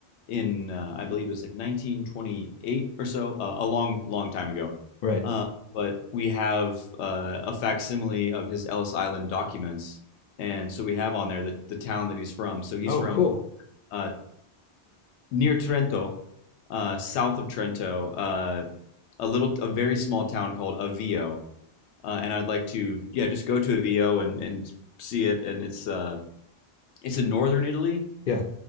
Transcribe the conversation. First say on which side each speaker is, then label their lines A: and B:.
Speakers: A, on the left; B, on the left.
A: in, uh, I believe it was like 1928 or so, uh, a long, long time ago.
B: Right.
A: Uh, but we have uh, a facsimile of his Ellis Island documents, and so we have on there the, the town that he's from. So he's
B: Oh,
A: from
B: cool.
A: uh, near Trento, uh, south of Trento, uh, a little, a very small town called Avio uh, and I'd like to yeah just go to a VO and and see it. And it's uh, it's in northern Italy,
B: Yeah,